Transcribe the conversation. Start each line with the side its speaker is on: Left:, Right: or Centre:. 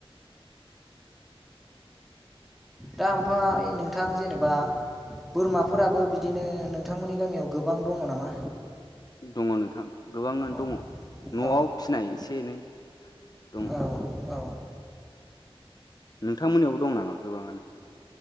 Centre: दा ओमफ्राइ नोंथां जेनेबा बोरमाफोराबो बिदिनो नोंथांमोननि गामियाव गोबां दङ नामा?
Left: दङ नोंथां गोबाङानो
Centre: औ
Left: दङ न'आव
Centre: औ
Left: फिनाय एसे एनै दङ
Centre: औ औ
Left: नोंथांमोनयावबो दं नामा? गोबाङानो।